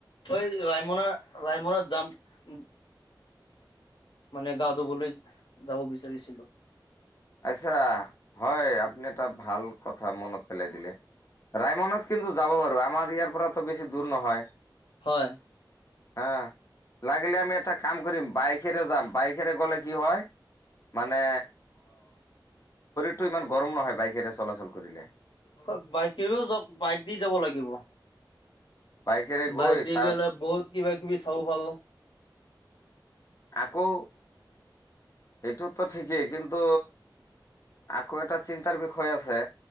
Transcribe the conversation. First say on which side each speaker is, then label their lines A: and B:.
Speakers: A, on the left; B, on the left.
A: এই ৰায়মনা ৰায়মনাত যাম উ মানে গা ধুবলৈ যাব বিচাৰিছিলো।
B: আচ্ছা হয় আপুনি এটা ভাল কথা মনত পেলাই দিলে ৰায়মনাত কিন্তু যাব পাৰো আমাৰ ইয়াৰ পৰা তো বেছি দূৰ নহয়।
A: হয়
B: হা লাগিলে আমি এটা কাম কৰিম বাইকেৰে যাম বাইকেৰে গ'লে কি হয় মানে টো ইমান গৰম নহয় বাইকেৰে চলাচল কৰিলে
A: হয় বাইকেও বাইক দি যাব লাগিব।
B: বাইকেৰে
A: বাইক
B: গৈ
A: দি
B: তাত
A: গলে বহুত কিবা কিবি চাব ভাল।
B: আকৌ এইটোতো ঠিকেই কিন্তু আকৌ এটা চিন্তাৰ বিষয় আছে।